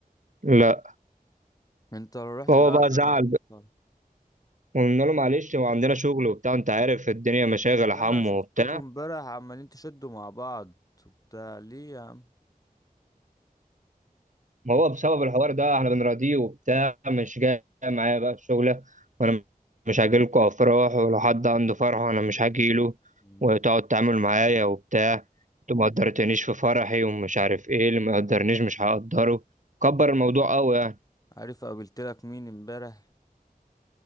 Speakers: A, on the right; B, on the left.
A: لا
B: انت لو رحت
A: فهو
B: لا
A: بقى
B: ده
A: زعل
B: ما رحت
A: بقى.
B: الفرح
A: وقلنا له معلش هو عندنا شغل وبتاع انت عارف الدنيا مشاغل
B: ده كان
A: يا حمو
B: انا شفتكم
A: وبتاع
B: امبارح عمالين تشدوا مع بعض وبتاع ليه يا عم
A: ما هو بسبب الحوار ده احنا بنراضيه وبتاع مش جاي معايا بقى الشغلة وانا مش هاجيلكوا افراح ولو حد عنده فرح وانا مش هاجيله
B: مم.
A: وتقعد تعمل معايا وبتاع انتوا ما قدرتنيش في فرحي ومش عارف ايه اللي ما قدرنيش مش هقدره كبر الموضوع قوي يعني
B: عارف قابلتلك مين امبارح